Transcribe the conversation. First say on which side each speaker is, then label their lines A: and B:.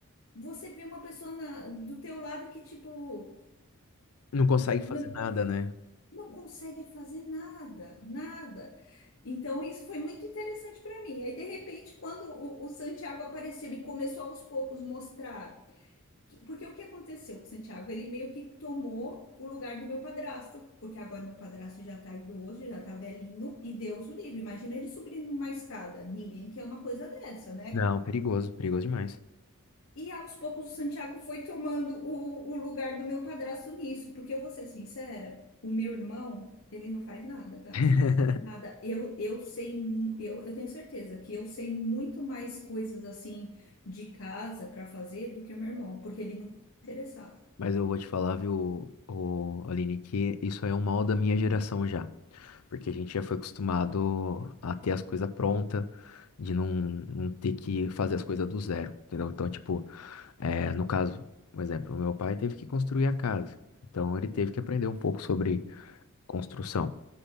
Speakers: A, on the left; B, on the left.
A: você vê uma pessoa na- do teu lado que, tipo,
B: Não consegue
A: não,
B: fazer nada, né?
A: não consegue fazer nada, nada. Então, isso foi muito interessante para mim. Aí, de repente, quando o, o Santiago apareceu e começou aos poucos mostrar que- Porque o que aconteceu com o Santiago? Ele meio que tomou o lugar do meu padrasto, porque agora meu padrasto já tá idoso, já tá velhinho, e Deus o livre. Imagina ele subindo uma escada. Ninguém quer uma coisa dessa, né?
B: Não, perigoso, perigoso demais.
A: E aos poucos o Santiago foi tomando o, o lugar do meu padrasto nisso, porque eu vou ser sincera, o meu irmão, ele não faz nada, cara.
B: <laughs>
A: Nada. Eu, eu sei, mu- eu, eu tenho certeza que eu sei muito mais coisas assim de casa para fazer do que meu irmão, porque ele não é interessado.
B: Mas eu vou te falar, viu, o Aline, que isso aí é um mal da minha geração já. Porque a gente já foi acostumado a ter as coisas prontas, de não, não ter que fazer as coisas do zero, entendeu? Então, tipo, é, no caso, um exemplo, o meu pai teve que construir a casa. Então, ele teve que aprender um pouco sobre construção.